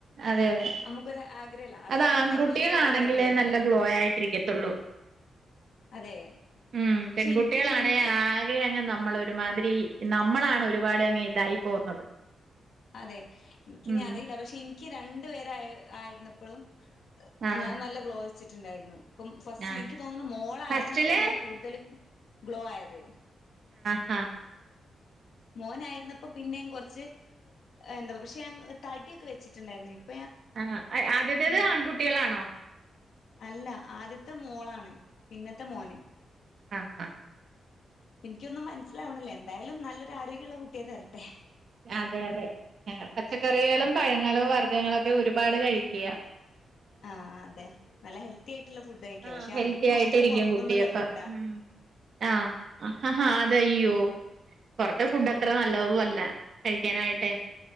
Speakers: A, on the right (about 50°); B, on the left (about 75°).
A: അതെ അതെ
B: നമുക്കൊരു ആഗ്രഹല്ല ആ
A: അതാൺ
B: സമയത്ത് നമ്മളൊരു
A: കുട്ടികളാണെങ്കിലേ
B: ഗ്ലോ വരുള്ളൂ
A: നല്ല ഗ്ലോയായിട്ട് ഇരിക്കത്തൊള്ളൂ
B: അതെ
A: മം
B: പക്ഷെ
A: പെൺ കുട്ടികളാണേ
B: എനിക്ക് എനിക്ക്
A: ആകെ അങ്ങ് നമ്മൾ ഒരുമാതിരി നമ്മളാണ് ഒരുപാട് അങ്ങ് ഇതായി പോകുന്നത്
B: അതെ എനിക്കിനി
A: ഉം
B: അറിയില്ല പക്ഷെ ഇ നിക്ക് രണ്ടു പേരായി ആയിരുന്നപ്പഴും <unintelligible>
A: ആഹ്
B: <unintelligible> ഞാൻ നല്ല ഗ്ലോ വെ ചിട്ടിണ്ടായിരുന്നു ഉം ഫസ്റ്റില്
A: ആഹ്
B: എനിക്ക് തോന്നണ് മോള് ആയിരുന്നപ്പളാണ്
A: ഫസ്റ്റില്
B: കൂടുതൽ ഗ്ലോ ആയത്
A: ആ
B: മോന് ആയിരുന്നപ്പ പിന്നേം കൊറച്ച് എന്താ പറ പക്ഷെ ഞാൻ തടിയൊക്കെ വച്ചിട്ടുണ്ടായിരുന്നു <unintelligible>
A: ആ ആദ്യത്തേത് ആൺ കുട്ടികളാണോ <inaudible>
B: അല്ല ആദ്യത്തെ മോള് ആണ് പിന്നെത്ത് മോന്
A: ആ
B: ഇന്ക് ഒന്നും മനസിലാവണില്ല എന്തായാലും നല്ല ഒരു ആരോഗ്യള്ള കുട്ട്യേ തരട്ടെ
A: അതെ അതെ പച്ചക്കറികളും പഴങ്ങളും വ വർഗങ്ങളും ഒക്കെ ഒരുപാട് കഴിക്ക
B: ആ അതെ നല്ല ഹെൽത്തി ആയിട്ടുള്ള ഫുഡ് കഴിക്ക
A: ആ
B: പക്ഷെ
A: ഹെൽത്തി
B: നമുക്ക്
A: ആയിട്ട്
B: ഇഷ്ടം
A: ഇരിക്കും
B: പുറത്തുന്നുള്ള
A: കുട്ടി അപ്പൊ
B: ഫുഡാ
A: മ് ആ ഹ ഹ അതെ അയ്യോ പൊറത്തെ ഫുഡ്‌
B: ആഹ്
A: അത്ര നല്ലതും അല്ല കഴിക്കാനായിട്ട്